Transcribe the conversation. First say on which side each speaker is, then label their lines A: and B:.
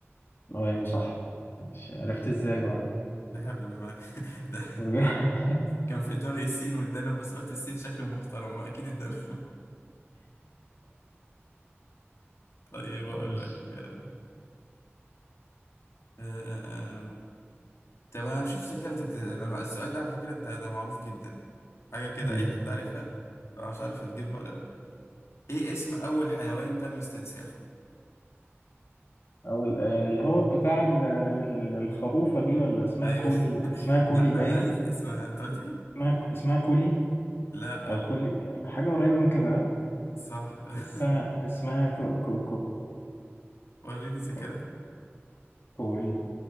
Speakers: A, on the left; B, on the left.
A: أيوة صح مش عرفت إزاي بقى
B: ده هبل بأمانة <laughs> ده
A: <laughs>
B: كان في دماغي السين والدنب بس قلت السين شكله محترم أكيد الدنب <laughs> طيب أقول
A: ماشي.
B: لك آه، آه، آه، آه. طب انا بشوف ذاكرتك لما- السؤال ده على فكرة انت ده معروف جدا حاجة كده
A: مم.
B: اي حد عارفها فانا مش عارف هتجيبها ولا لا ايه اسم اول حيوان تم استنساخه
A: أو ال- آه، اللي هو بتاع ال- ال- الخروفة دي ولا اسمها
B: ايوه
A: كولي
B: <laughs>
A: اسمها كولي
B: لا
A: باين
B: انا عايز اسمها انت قلت ايه
A: اسمها اسمها كولي
B: لا
A: أو
B: لا
A: كولي حاجة قريبة من كده ها؟
B: صح <laughs>
A: الس- اسمها كو كو
B: وريني ذاكرتك
A: كو كول